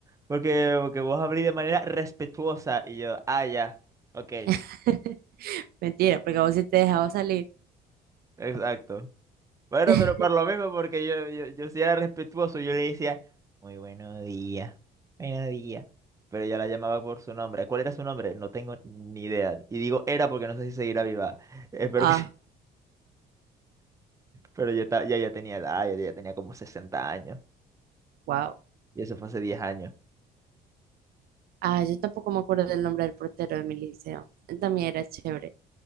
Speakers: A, on the right; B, on the right.
A: Porque, porque vos hablís de manera respetuosa. Y yo, ah, ya, ok,
B: <laughs> Mentira, porque a vos sí te dejaba salir.
A: exacto. Bueno,
B: <laughs>
A: pero por lo mismo, porque yo, yo, yo sí era respetuoso, yo le decía, muy buenos días, buenos días. Pero ella la llamaba por su nombre. ¿Cuál era su nombre? No tengo ni idea. Y digo era porque no sé si seguirá viva. <laughs> Espero
B: Ah,
A: que sí. Pero ya, ta- ya, ya tenía edad, ya, ya tenía como 60 años.
B: wow.
A: Y eso fue hace diez años.
B: Ah, yo tampoco me acuerdo del nombre del portero de mi liceo. También era chévere.